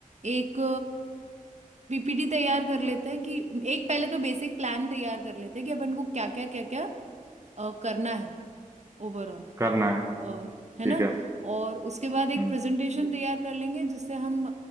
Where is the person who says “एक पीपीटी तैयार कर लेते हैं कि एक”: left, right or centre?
Right